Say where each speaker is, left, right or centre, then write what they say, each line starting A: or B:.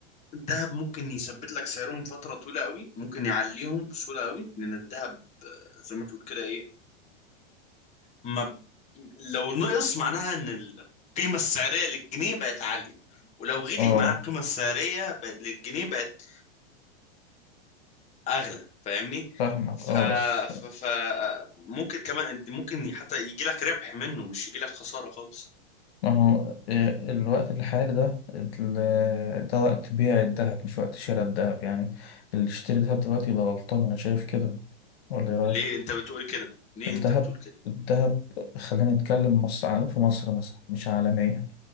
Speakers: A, on the left (about 20°); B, on the left (about 60°).
A: الدهب ممكن يثبت لك سعرهم فتره طويله قوي ممكن يعليهم بسهوله قوي لان الدهب زي ما تقول كده ايه ما ب... لو نقص معناها ان القيمه السعريه للجنيه بقت عاليه ولو غلي
B: اه
A: معناها القيمه السعريه ب... للجنيه بقت اغلى فاهمني
B: فاهمك
A: ف...
B: اه بس
A: ف... ف ممكن كمان ممكن حتى يجي لك ربح منه مش يجي لك خساره خالص
B: ما هو آه، الوقت الحالي ده ال- ده وقت بيع الذهب مش وقت شراء الذهب يعني اللي يشتري ذهب دلوقتي يبقى غلطان أنا شايف كده ولا إيه رأيك؟
A: ليه انت بتقول كده ليه
B: الذهب
A: انت بتقول كده
B: الذهب خلينا نتكلم مصر عن- في مصر مثلا مش عالميا